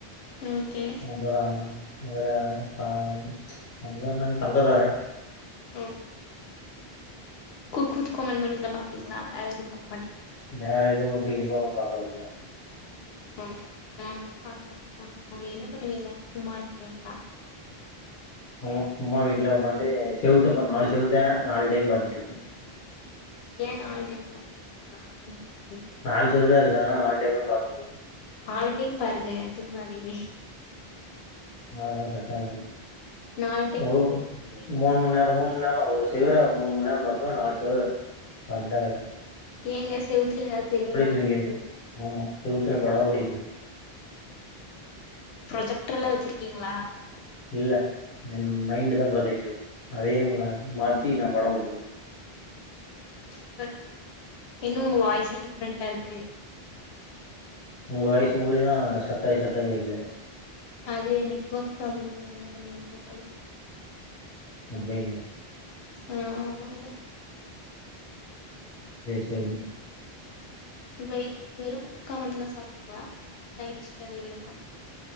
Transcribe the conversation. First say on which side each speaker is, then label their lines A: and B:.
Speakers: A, on the left; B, on the left.
A: ஓகே
B: அப்பறோ அவர ப அவ பேரென்னது தங்கதெர
A: ஓ குக் வித் கோமாளி மட்டும்தா பாப்பிங்களா வேற எதுவும் பாக்
B: வேற எதுவு டிவி ஷோ ல்லா பாக்றதில்ல
A: ஓ வேற எதுவு பாக்கமாட்டிங்களா அப்போ என்ன பண்ணுவீங்க சும்மா இருப்பிங்ளா
B: ஆமா சும்மா வீட்ல ஒக்காண்டு செவுத்த பா நாலு செவுத்த நாலு டைம் பாத்துட்டு இருப்பே
A: ஏன் நாலு டைம் <unintelligible>
B: நாலு செவுருதா இருக்கு அதானால நாலு டைம்தா பாக்க முடியு
A: ஆறு டைம் பாருங்க திரும்ப அதைவே
B: நா கட்டாயம்
A: நாலு டைம்
B: ஒரு
A: முடிய பண்ணுவீங்க.
B: மூணு மண்நேரம் மூணு மண்நேரம் ஒரு சீ டிவில அவ மூணு மண்நேரம் பாப்பா நா அடுத்தது ரெண்டாயிரும்
A: ஏங்க செவுத்துல எதாது தெரியுதா உங்களுக்கு
B: தூங்கிருவேன். ஆமா. செவுத்துல படோ ஓடிட்டு இருக்கு
A: ப்ரொஜெக்டர் எல்லா வெச்சிருக்கீங்ளா
B: இல்ல என் மைண்டுதா ப்ரொஜெக்டர் அதயே மா மாத்தி நா படோ ஓட்டுவ
A: சூப்பர் இன்னும் உங்க வாய்ஸே டிஃப்ரெண்டா இருக்கு
B: உங்க வாய்சுங் கூடிதா ஸ்டரக்காயி ஸ்டரக்காயி கேக்குது
A: அது என் நெட்வொர்க் ப்ராப்ளம்ங்க என்ன பண்ண முடியு அதுக்
B: அப்டிங்ளா
A: ஆஹ் ஆமாங்க
B: செரி செரிங்க
A: வெயிட் வெறு குஸ்கா மட்டுந்தா சாப்பிட்டீங்ளா சைடு டிஷ்க்கு எதுவு இல்லீங்ளா